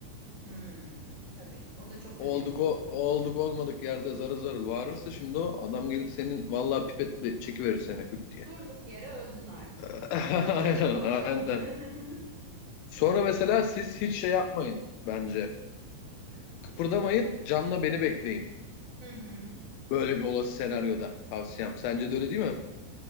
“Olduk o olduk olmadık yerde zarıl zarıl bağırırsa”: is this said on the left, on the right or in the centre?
Left